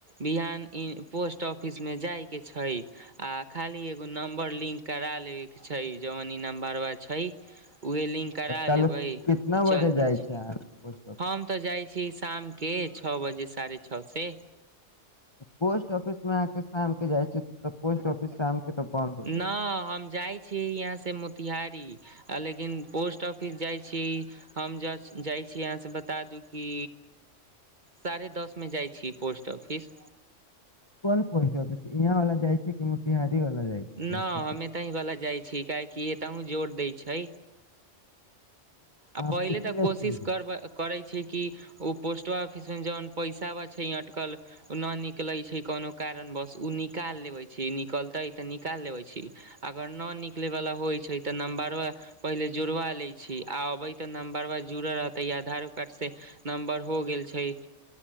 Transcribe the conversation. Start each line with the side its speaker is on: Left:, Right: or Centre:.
Right: बिहान ई पोस्ट ऑफिस मे जाय केँ छै आ खाली एगो नम्बर लिंक करा लेबे कऽ छै जवन ई नम्बरवा छै उहे लिंक करा
Left: तऽ काल्हि
Right: लेबै आ
Left: कितना बजे
Right: चल जाय छी
Left: <unintelligible>
Right: हम तऽ जाइ छी शाम केँ छ बजे साढ़े छ से
Left: पोस्ट ऑफिस मे अहाँकेँ शाम केँ जाइ छी तऽ पोस्ट ऑफिस शाम केँ तऽ बन्द हो जाइ
Right: नऽ
Left: छै
Right: हम जाइ छी यहाँ से मोतिहारी आ लेकिन पोस्ट ऑफिस जाइ छी हम ज - जाइ छी अहाँ से बता दू कि साढ़े दस मे जाइ छी पोस्ट ऑफिस
Left: कोन पोस्ट आफिस इहाँ वला जाइ छियै कि मोतीहारी वला जाइ छै पोस्ट
Right: नऽ
Left: ऑफिस
Right: हमे यही वला जाइ छी काहेकि एताहु जोर दै छै।
Left: अहाँ
Right: आ पहिले
Left: पुछले
Right: तऽ कोशिश
Left: छी
Right: करबै करै छै कि ओ पोस्ट ऑफिस में जौन पैसावा छै अटकल नऽ निकलै छै कोनो कारण बस ओ निकाल लेबै छी निकलतै तऽ निकाल लेबै छी अगर न निकलयवला होइ छै तऽ नम्बर पहिले जोड़वा लै छी आ अबइ तऽ नम्बरवा जुड़ल रहतै आधारो कार्डसँ नम्बर हो गेल छै